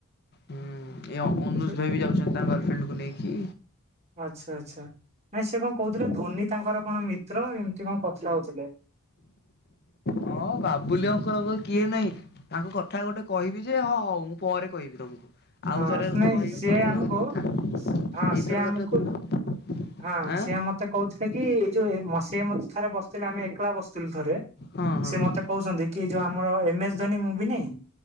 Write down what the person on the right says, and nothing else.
ସେ
ଆଚ୍ଛା ଆଚ୍ଛା ନାଇଁ ସେ କଣ କହୁଥିଲେ ଧୋନି ତାଙ୍କର କଣ ମିତ୍ର ଏମିତି କଣ କଥା ହଉଥିଲେ।
ହଁ
ନାଇଁ
ସିଏ
ଆମକୁ
ହଁ
ସିଏ ଆମକୁ
ହଁ
ସିଏ ମତେ କହୁଥିଲେ କି ଏଇ ଯୋଉ ମ ସିଏ ମତେ ଥରେ ବସିଥିଲେ ଆମେ ଏକଲା ବସିଥିଲୁ ଥରେ।
ସେ ମତେ କହୁଛନ୍ତି କି ଏଇ ଯୋଉ ଆମର ଏମ ଏସ୍ ଧୋନୀ ମୁଭି ନାଇଁ।